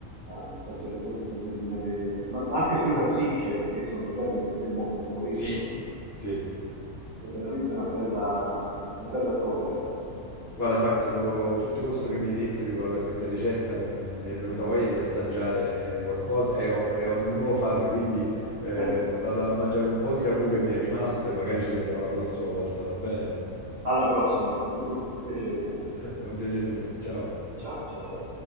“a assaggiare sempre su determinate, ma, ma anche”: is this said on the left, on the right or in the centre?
Right